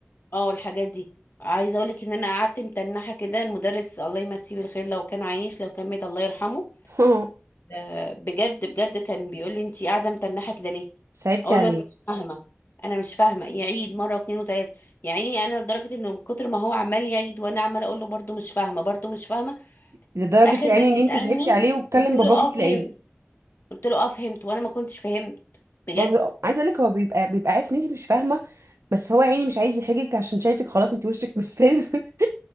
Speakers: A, on the left; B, on the right.
A: اه الحاجات دي عايزه اقول لك ان انا قعدت متنحه كده المدرس الله يمسيه بالخير لو كان عايش لو كان مات الله يرحمه
B: <laughs>
A: آه، بجد بجد كان بيقول لي انت قاعده متنحه كده ليه
B: صعبتي
A: اقول
B: عليه
A: له انا مش فاهمه انا مش فاهمه يعيد مره واثنين وثلاثه يعني انا لدرجه انه من كتر ما هو عمال يعيد وانا عمال اقول له برده مش فاهمه برده مش فاهمه
B: لدرجة
A: اخر
B: يعني
A: ما
B: ان
A: جه
B: انت
A: سالني
B: صعبتي عليه وتكلم
A: قلت له
B: باباكي
A: اه
B: تلاقيه
A: فهمت قلت له اه فهمت وانا ما كنتش فهمت بجد
B: بابا- عايزة اقولك هو بيبقى بيبقى عارف ان انت مش فاهمة بس هو يعني مش عايز يحرجك عشان شايفك خلاص انت وشك مصفر <laughs>